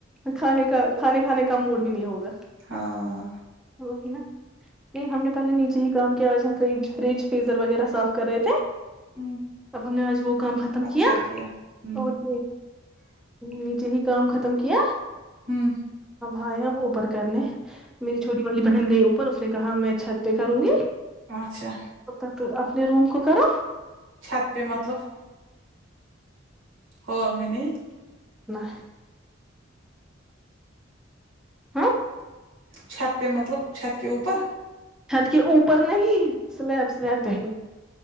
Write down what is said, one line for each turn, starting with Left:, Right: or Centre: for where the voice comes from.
Centre: کھانے کا کھانے کھانے کا موڈ بھی نہیں ہوگا
Right: ہاں
Centre: تو ہی نا نہیں ہم نے پہلے نیچے ہی کام کیا آج ہم فج فریج فیزر وغیرہ صاف کر رہے تھے
Right: ہمم
Centre: اب ہم نے آج وہ کام ختم
Right: اچھا
Centre: کیا
Right: ہمم
Centre: اوک نیچے ہی کام ختم کیا
Right: ہوں
Centre: ھ اوپر کرنے میری چھوٹی والی بہن گئی اوپر اس نے کہا میں چھت پہ کروں گی
Right: اچھا
Centre: اتھاتو اپنے روم کو کرو
Right: چھت پہ مطلب ہال میں نہیں
Centre: نہ ہاں
Right: چھت پہ مطلب چھت کے اوپر
Centre: چھت کے اوپر نہیں سلیب سلیب پہلی